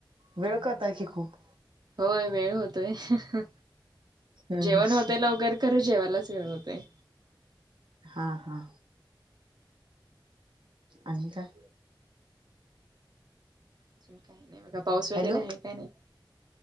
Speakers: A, on the right; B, on the right.
A: वेळ
B: हम्म
A: करताय की खूप.
B: होय, वेळ होतोय. ह ह
A: हम्म
B: जेवण
A: हम्म
B: होते लवकर. खरं जेवायलाच वेळ होतंय.
A: हा.. हा. आणि काय?
B: अजून काही नाही बघा. पाऊस वगैरे
A: हॅलो
B: आहे का नाही?